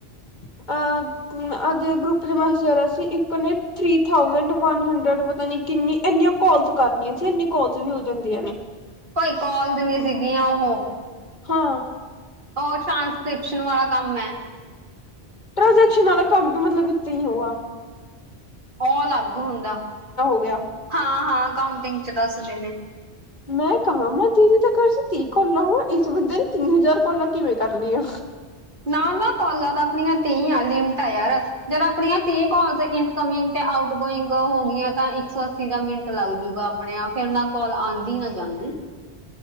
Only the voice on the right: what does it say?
ਭਾਈ ਕੋਲਸ ਨਹੀਂ ਸੀਗੀਆਂ। ਉਹ-
ਉਹ ਟ੍ਰਾਂਸਕ੍ਰਿਪਸ਼ਨ ਵਾਲਾ ਕੰਮ ਏ।
ਉਹ ਅਲੱਗ ਹੁੰਦਾ।
ਹਾਂ -ਹਾਂ ਕਾਉਂਟਿੰਗ ਚ ਦੱਸਦੇ ਨੇ।
ਨਾ- ਨਾ ਕੋਾਲਾਂ ਤਾਂ ਆਪਣੀਆਂ ਤੀਹ ਆ ਲਿਮਟ ਆ ਯਾਰ। ਜਦ ਆਪਣੀਆਂ ਤੀਹ ਕੋਾਲਸ ਇਨਕਮਿੰਗ ਤੇ- ਆਊਟ ਗੋਇੰਗ ਹੋ ਗੀਆਂ ਤਾਂ ਇੱਕ ਸੌ ਅੱਸੀ ਦਾ ਮਿੰਟ ਲੱਗ ਜੂਗਾ। ਆਪਣੇ ਆਪ ਫੇਰ ਨਾ ਕੋਲ ਆਉਂਦੀ ਨਾ ਜਾਂਦੀ। ਹਾਂਜੀ